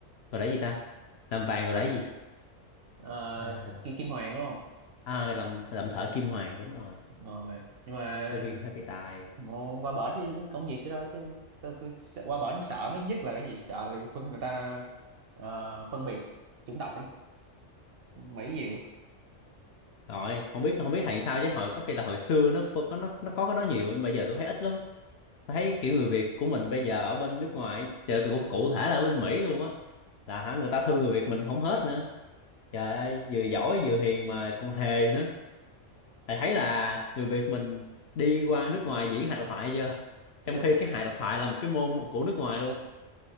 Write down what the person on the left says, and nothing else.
gọi là gì ta làm vàng gọi là gì
à,
à làm làm thợ kim hoàn đúng rồi
hơi bị hơi bị tài
rồi không biết không biết thầy sao chứ hồi có khi là hồi xưa nó phô- có nó nó có cái đó nhiều nhưng bây giờ tôi thấy ít lắm Tôi thấy kiểu người Việt của mình bây giờ ở bên nước ngoài trời cụ, cụ thể là ở bên Mỹ luôn á là hả người ta thương người Việt mình không hết nữa trời ơi vừa giỏi vừa hiền mà còn hề nữa thầy thấy là người Việt mình đi qua nước ngoài diễn hài độc thoại chưa
trong khi cái hài độc thoại là một cái môn của nước ngoài luôn